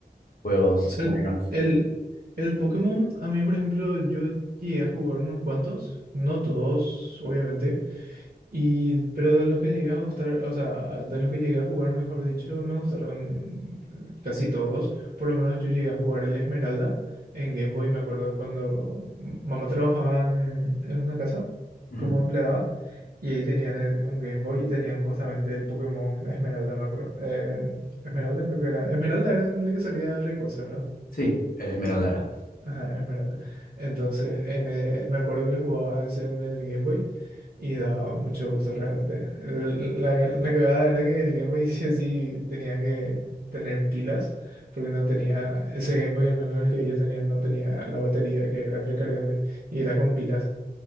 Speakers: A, on the left (about 60°); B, on the right (about 60°).
A: juegos
B: O sea,
A: buenos.
B: el, el, el Pokémon, a mí, por ejemplo, yo llegué a jugar unos cuantos, no todos, obviamente, y, pero de los que llegué a gustar, o sea, a- de los que llegué a jugar, mejor dicho, me gustaron casi todos. Por lo menos yo llegué a jugar el Esmeralda en Game Boy, me acuerdo cuando m- mamá trabajaba en, en una casa
A: Ujú.
B: como empleada, y ahí tenían el- un Game Boy y tenían justamente el Pokémon Esmeralda, me acuerdo. Eh, Esmeralda creo que era. Esmeralda era en el que salía Rayquaza, ¿verdad?
A: Sí, Esmeralda era.
B: Ajá, es verdad. Entonces, en el- me acuerdo que jugaba ese en el Game Boy y daba mucho gusto realmente. El- La, la cagada era que el Game Boy <laughs> sí o sí tenía que tener pilas, porque no tenía, ese Game Boy al menos el que ellos tenían, no tenía la batería que era recargable y era con pilas.